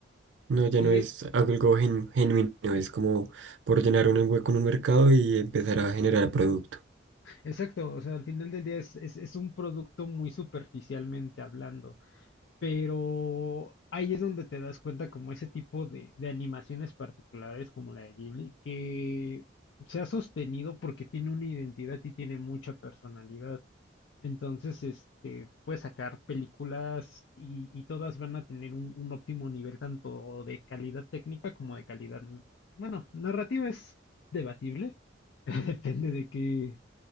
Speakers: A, on the right; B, on the left.
A: No, ya
B: Y
A: no es
B: e-
A: algo gen- genuino, es como por llenar un hueco en un mercado y empezar a generar producto.
B: exacto, o sea, al final del día es, es, es un producto muy superficialmente hablando. Pero ahí es donde te das cuenta como ese tipo de, de animaciones particulares como la de Ghibli, que se ha sostenido porque tiene una identidad y tiene mucha personalidad. Entonces, este, puedes sacar películas y, y todas van a tener un, un óptimo nivel tanto de calidad técnica como de calidad, bueno, narrativa es debatible, <laughs> depende de qué,